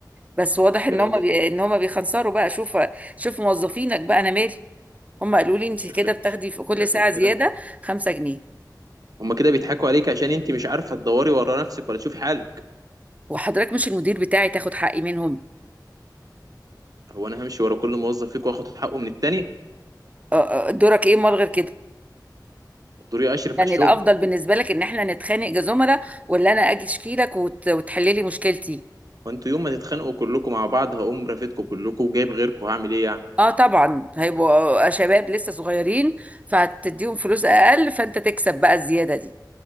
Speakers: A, on the right (about 20°); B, on the right (about 55°).
A: بس واضح
B: الكلام
A: ان هم
B: ده
A: بي... ان هم بيخنصروا بقى شوف شوف موظفينك بقى انا مالي هم قالوا لي انت
B: انت شكلك
A: كده بتاخدي في كل
B: شكلك
A: ساعه زياده
B: كده
A: 5 جنيه
B: هما كده بيضحكوا عليك عشان انت مش عارفه تدوري ورا نفسك ولا تشوفي حالك
A: وحضرتك مش المدير بتاعي تاخد حقي منهم
B: هو انا همشي ورا كل موظف فيكم واخد حقه من التاني
A: أ- أ- دورك ايه امال غير كده
B: دوري اشرف
A: يعني
B: على الشغل
A: الافضل بالنسبه لك ان احنا نتخانق كزملاء ولا انا اجي اشكي لك وت... وتحلي لي مشكلتي
B: وانتوا يوم ما تتخانقوا كلكم مع بعض هقوم رافدكم كلكم وجايب غيركم هعمل ايه يعني
A: اه طبعا هيبقوا شباب لسه صغيرين فهتديهم فلوس اقل فانت تكسب بقى الزياده دي